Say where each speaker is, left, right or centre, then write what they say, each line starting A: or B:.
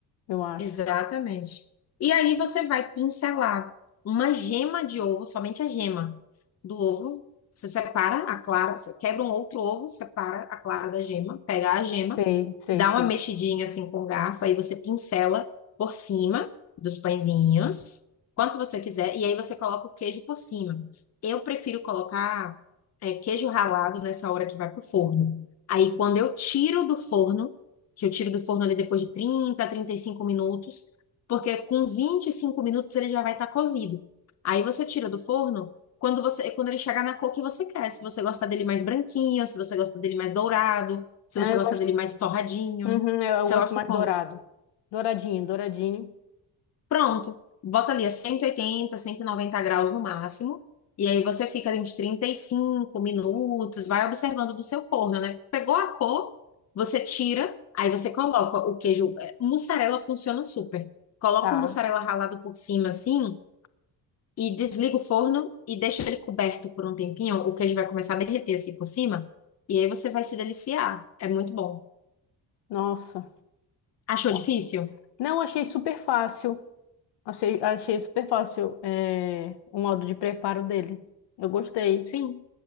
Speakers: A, on the left (about 85°); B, on the left (about 40°).
A: eu acho.
B: exatamente. E aí você vai pincelar uma gema de ovo, somente a gema do ovo. Você separa a clara, você quebra um outro ovo, separa a clara da gema, pega a gema
A: Sei, sei,
B: dá
A: sei.
B: uma mexidinha assim com o garfo, aí você pincela por cima dos pãezinhos, quanto você quiser, e aí você coloca o queijo por cima. Eu prefiro colocar é, queijo ralado nessa hora que vai pro forno. Aí quando eu tiro do forno, que eu tiro do forno ali depois de trinta, trinta e cinco minutos, porque com 25 minutos ele já vai estar cozido. Aí você tira do forno quando você, quando ele chegar na cor que você quer, se você gosta dele mais branquinho, se você gosta dele mais dourado, se
A: Ah,
B: você
A: eu
B: gosta
A: gosto,
B: dele mais torradinho,
A: uhum, eu, eu
B: você
A: gosto
B: gosta
A: mais
B: como?
A: dourado. Douradinho, douradinho.
B: Pronto. Bota ali a cento cento e oitenta, cento e noventa graus no máximo. E aí você fica ali uns 35 minutos, vai observando do seu forno, né? Pegou a cor, você tira, aí você coloca o queijo. é, Mussarela funciona super. Coloca
A: Tá.
B: o mussarela ralado por cima assim e desliga o forno e deixa ele coberto por um tempinho. O queijo vai começar a derreter assim por cima. E aí você vai se deliciar. É muito bom.
A: Nossa,
B: Achou
A: tá bom.
B: difícil?
A: Não, achei super fácil. Achei, achei super fácil, é, o modo de preparo dele. Eu gostei.
B: Sim.